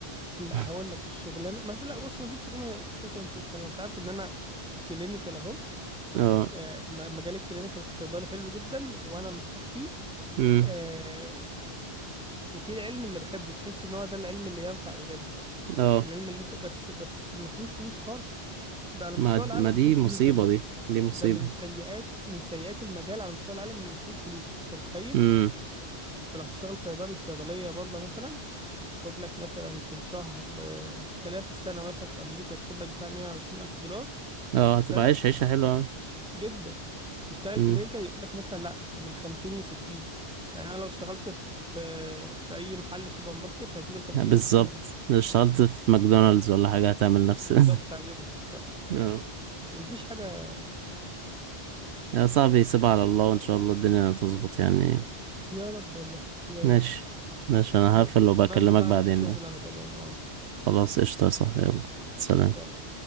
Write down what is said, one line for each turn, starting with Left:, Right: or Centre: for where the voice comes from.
Centre: لا
Right: <laughs>
Centre: هقول لك الشغلانة ما في لا بص ما فيش شغلانة خفيفة بتعمل فلوس حلوة أنت عارف إن أنا كلينيكال أهو
Right: اه
Centre: آه، م- مجال الكلينيكال كصيدلي حلو جدا وانا مرتاح فيه
Right: امم
Centre: آه، وفي العلم اللي بحبه تحس ان هو ده العلم اللي ينفع بجد
Right: اه
Centre: العلم اللي انت بس بس ما فيهوش فلوس خالص ده على مستوى
Right: ما
Centre: العالم
Right: د- ما
Centre: ما
Right: دي
Centre: فيهوش فلوس
Right: مصيبه
Centre: ده من
Right: دي دي مصيبه
Centre: ده من سيئات من سيئات المجال على مستوى العالم ان ما فيهوش فلوس انت متخيل
Right: امم
Centre: انت لو هتشتغل صيدلي في صيدلية بادلة مثلا تاخد لك مثلا في الشهر آه، خلينا في السنة مثلا في أمريكا تاخد لك بتاع 120 ألف دولار
Right: اه
Centre: في السنة
Right: هتبقى عايش عيشه حلوه أوي.
Centre: جدا تشتغل
Right: امم
Centre: كلينيكال يقول لك مثلا لا من 50 ل 60 يعني انا لو اشتغلت في في اي محل سوبر ماركت هجيب ال 50
Right: بالظبط
Centre: ل 60 دول
Right: لو اشتغلت في ماكدونالدز ولا حاجه هتعمل نفس
Centre: بالظبط
Right: <laughs>
Centre: هجيبهم
Right: اه
Centre: فمفيش حاجه
Right: يا صاحبي سيب
Centre: عدل
Right: على
Centre: يعني
Right: الله وإن شاء الله الدنيا تظبط يعني
Centre: يا رب والله يا
Right: ماشي
Centre: رب
Right: ماشي أنا
Centre: ماشي
Right: هقفل وبكلمك
Centre: انا انزل بقى
Right: بعدين
Centre: عندي شغل
Right: بقى
Centre: انا كمان اه
Right: خلاص قشطة يا صاحبي يلا
Centre: ماشي
Right: سلام
Centre: سلام